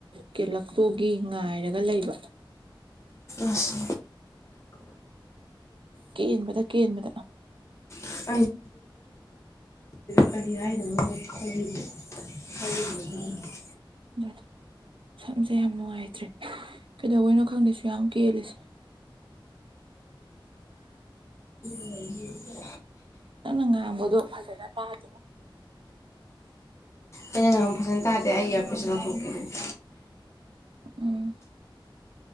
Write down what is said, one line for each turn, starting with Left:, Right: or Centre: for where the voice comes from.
Right: ꯀꯦꯟꯂꯛꯇꯣꯒꯤ ꯉꯥꯏꯔꯒ ꯂꯩꯕ
Left: ꯑꯁ
Right: ꯀꯦꯟꯕꯗ ꯀꯦꯟꯕꯗ
Left: <unintelligible> ꯀꯔꯤ ꯍꯥꯏꯗꯣꯅꯣ ꯈꯪꯗꯦ <unintelligible> <unintelligible>
Right: <unintelligible> ꯁꯝꯁꯦ ꯌꯥꯝ ꯅꯨꯡꯉꯥꯏꯇ꯭ꯔꯦ ꯀꯩꯗꯩꯕꯩꯅꯣ ꯈꯪꯗꯦ ꯁꯨꯛ ꯌꯥꯝ ꯀꯦꯜꯂꯤꯁꯦ
Left: <unintelligible>
Right: ꯅꯪꯅ ꯉꯥꯡꯕꯗꯣ ꯐꯖꯅ ꯇꯥꯗꯦꯉꯣ
Left: ꯑꯩꯅ ꯉꯥꯡꯕ ꯐꯖꯅ ꯇꯥꯗꯦ ꯑꯩ ꯏꯌ꯭ꯔꯥꯄꯤꯁ ꯂꯧꯊꯣꯛꯀꯦ ꯑꯗꯨꯗꯤ
Right: ꯎꯝ